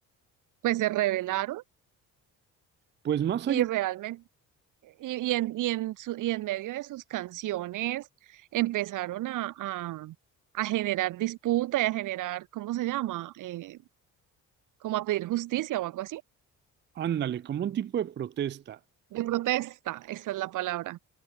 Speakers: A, on the right; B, on the right.
A: Pues se revelaron
B: Pues más
A: y
B: allá
A: realmente Y, y en, y, en su- y en medio de sus canciones empezaron a, a, a generar disputa y a generar, ¿cómo se llama? Eh, como a pedir justicia o algo así.
B: Ándale, como un tipo de protesta.
A: De protesta, esa es la palabra.